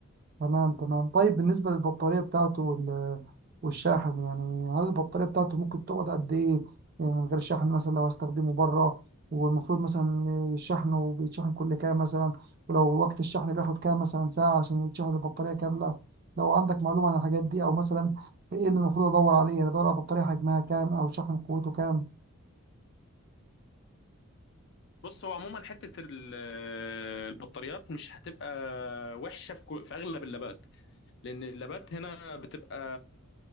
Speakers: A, on the right (about 45°); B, on the left (about 55°).
A: تمام تمام طيب بالنسبة للبطارية بتاعته وال- والشاحن يعني هل البطارية بتاعته ممكن تقعد قد إيه يعني من غير شحن مثلا لو هستخدمه بره والمفروض مثلا شحنه بيتشحن كل كام مثلا ولو وقت الشحن بياخد كام مثلا ساعة عشان يتشحن البطارية كاملة لو عندك معلومة عن الحاجات دي أو مثلا إيه اللي المفروض أدور عليه يعني أدور على بطارية حجمها كام أو شحن قوته كام
B: بص هو عموما حته ال- آه، البطاريات مش هتبقى وحشه في كو- في اغلب اللابات لان اللابات هنا بتبقى